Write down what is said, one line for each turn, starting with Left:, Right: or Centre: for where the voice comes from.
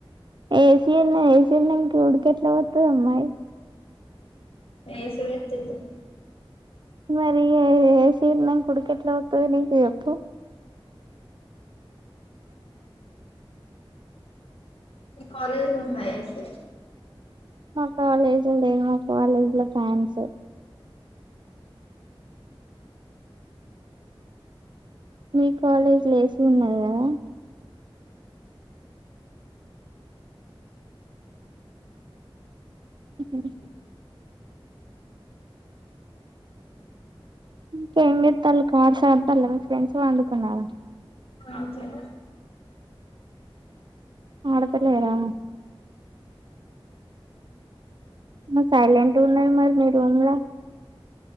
Right: ఏసీ ఉన్న ఏసి ఉన్నాక ఉడకట్లా పొత్తది అమ్మాయి
Left: ఏసి పెట్టిద్దాం
Right: మరి ఏసీ ఉన్నక ఉడుకు ఎట్ల పొత్తాదినీకు చెప్ప
Left: మీ కాలేజీలో ఉందా ఏసి
Right: మా కాలేజీ లే మ కాలేజీ లో ఫ్యాన్స్ మీ కాలేజ్లో ఏసి ఉన్నాది కదా ఉహమ్ ఇంకా ఏం చేస్తాలు కార్డ్స్ ఆడుతాల్లా ఫ్రెండ్స్ పండుకున్నారు
Left: ఆడుతలే
Right: ఆడతలెరా మరి సైలెంట్‌గ ఉన్నాది మరి మీ రూమ్ లో